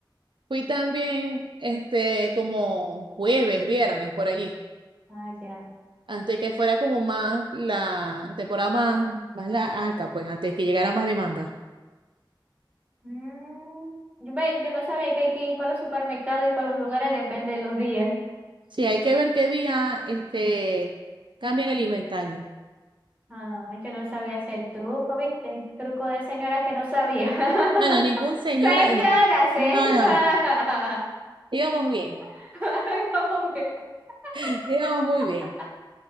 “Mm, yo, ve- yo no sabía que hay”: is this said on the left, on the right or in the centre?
Right